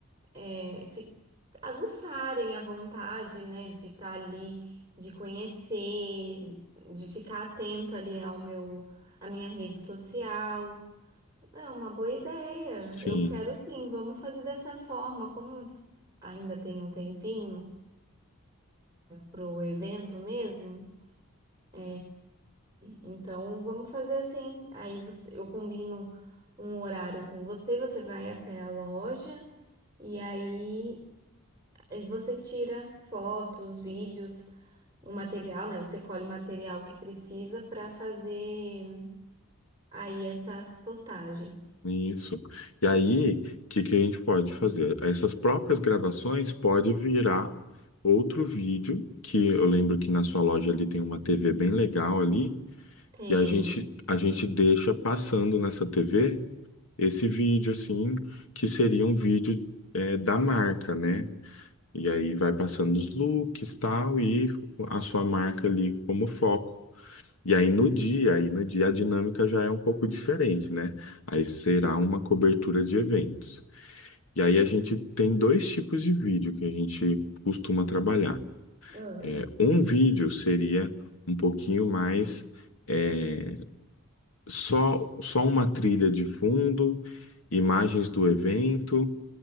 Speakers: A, on the right; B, on the left.
A: é, fi- aguçarem a vontade, né, de estar ali, de conhecer, de ficar atento ali ao meu, à minha rede social. É uma boa ideia.
B: Sim.
A: Eu quero sim, vamos fazer dessa forma, como ainda tem um tempinho pro evento mesmo. É, então vamos fazer assim. Aí você- eu combino um horário com você, você vai até a loja e aí eh, você tira fotos, vídeos, o material, né? Você colhe o material que precisa para fazer aí essas postagens.
B: Isso. E aí, o que que a gente pode fazer? Essas próprias gravações pode virar outro vídeo, que eu lembro que na sua loja ali tem uma TV bem legal ali,
A: Tem.
B: e a gente, a gente deixa passando nessa TV esse vídeo, assim, que seria um vídeo é, da marca, né? E aí vai passando os looks, tal, e a sua marca ali como foco. E aí no dia, aí no dia a dinâmica já é um pouco diferente, né? Aí será uma cobertura de eventos. E aí a gente tem dois tipos de vídeo que a gente costuma trabalhar.
A: Ah,
B: É, um vídeo seria um pouquinho mais é, só só uma trilha de fundo, imagens do evento